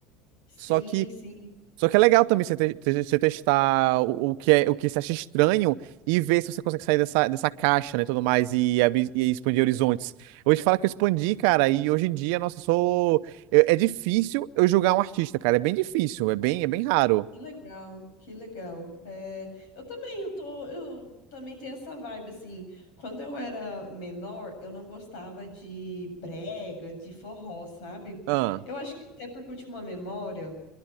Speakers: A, on the left (about 80°); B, on the right (about 75°).
A: Sim,
B: Só que
A: sim.
B: só que é legal também você, te- te- você testar o, o que é, o que você acha estranho e ver se você consegue sair dessa, dessa caixa, né, tudo mais, e, abrir, e expandir horizontes. Eu vou te falar que eu expandi, cara, e hoje em dia, nossa, eu sou... eu- é difícil eu julgar um artista, cara, é bem difícil, é bem, é bem raro.
A: Que legal, que legal. É, eu também, eu tô, eu também tenho essa vibe, assim. Quando eu era menor, eu não gostava de brega, de forró, sabe?
B: Ah,
A: Eu acho que até porque eu tinha uma memória